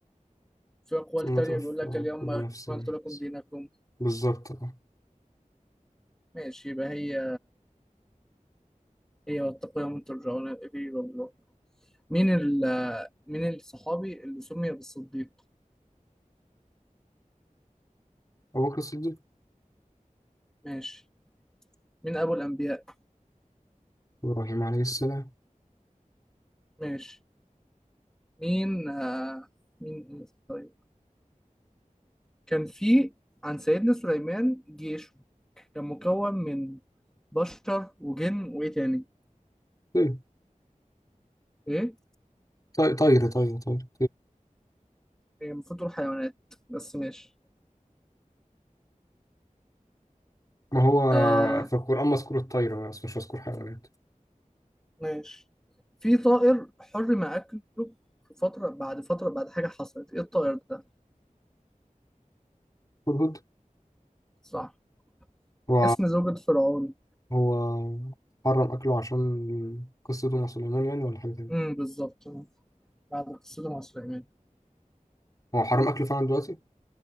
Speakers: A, in the centre; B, on the left.
A: في أقوال
B: ثم
A: تانية
B: توفى
A: بيقول لك اليوم
B: كل
A: أكملت
B: نفس ما
A: لكم
B: كسبت.
A: دينكم
B: بالظبط آه.
A: ماشي يبقى هي هي واتقوا يوم ترجعون إليه إلى الله مين ال مين الصحابي اللي سمي بالصديق
B: أبو بكر الصديق
A: ماشي مين أبو الأنبياء
B: إبراهيم عليه السلام
A: ماشي مين آه مين مين- طيب كان في عن سيدنا سليمان جيش كان مكون من بشر وجن وإيه تاني
B: طيب
A: إيه
B: طير طير طير طير
A: هي المفروض تقول حيوانات بس ماشي
B: ما هو
A: آه
B: في القرآن مذكور الطير بس مش مذكور حيوانات
A: ماشي في طائر حرم أكله في فترة بعد فترة بعد حاجة حصلت إيه الطائر ده؟
B: هدهد
A: صح
B: هو
A: اسم زوجة فرعون
B: هو حرم أكله عشان قصته مع سليمان يعني ولا حاجة تانية
A: امم بالظبط بعد قصته مع سليمان
B: هو حرم أكله فعلا دلوقتي